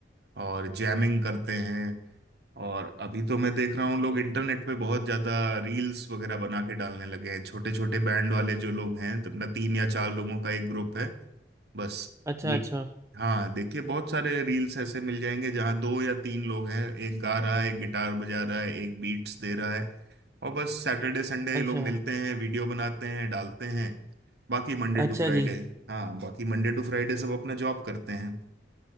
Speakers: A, on the right (about 60°); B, on the right (about 15°).
A: और जैमिंग करते हैं और अभी तो मैं देख रहा हूँ लोग इंटरनेट पे बहुत ज्यादा रील्स वगैरह बना के डालने लगे हैं छोटे छोटे बैंड वाले जो लोग हैं तो अपना तीन या चार लोगों का एक ग्रुप है बस
B: अच्छा
A: री-
B: अच्छा
A: हाँ देखिए बहुत सारे रील्स ऐसे मिल जाएंगे जहाँ दो या तीन लोग हैं एक गा रहा है एक गिटार बजा रहा है एक बीट्स दे रहा है और बस सैटरडे संडे
B: अच्छा
A: ये लोग मिलते हैं वीडियो बनाते हैं डालते हैं बाकी मंडे
B: अच्छा
A: टू फ्राइडे
B: जी
A: हाँ बाकी मंडे टू फ्राइडे सब अपना जॉब करते हैं